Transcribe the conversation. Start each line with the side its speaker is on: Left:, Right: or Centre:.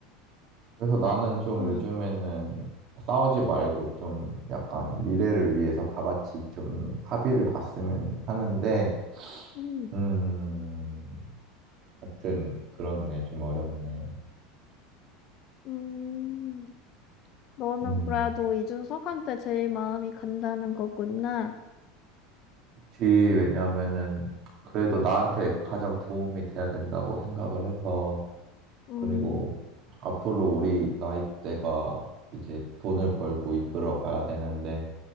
Right: 그래서 나는
Left: 에이,
Right: 좀
Left: 음,
Right: 요즘에는 싸우지 말고 좀 약간 미래를 위해서 다 같이 좀 합의를 봤으면 하는데,
Left: 음,
Right: 음, 하여튼 그렇네. 좀 어렵네.
Left: 음, 너는
Right: 음,
Left: 그래도 이준석한테 제일 마음이 간다는 거구나.
Right: 그치. 왜냐하면은 그래도 나한테 가장 도움이 돼야 된다고 생각을 해서,
Left: 음.
Right: 그리고 앞으로 우리 나이대가 이제 돈을 벌고 이끌어 가야 되는데,